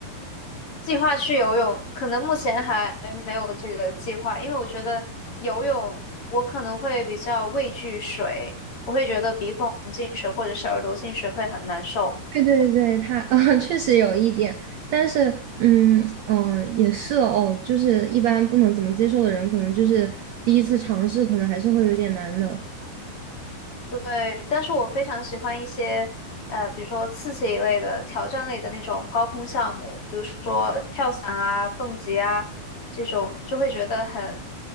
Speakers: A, on the left; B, on the right.
A: 计划去游泳，可能目前还没有这个计划，因为我觉得游泳我可能会比较畏惧水，我会觉得鼻孔进水或者是耳朵进水会很难受。
B: 对对对，他，<laughs> 呃，确实有一点，但是，嗯嗯、呃也是哦，就是一般不能怎么接受的人，可能就是第一次尝试，可能还是会有点难的。
A: 对，但是我非常喜欢一些呃，比如说刺激一类的、挑战类的那种高空项目，比如说跳伞啊、蹦极啊这种，就会觉得很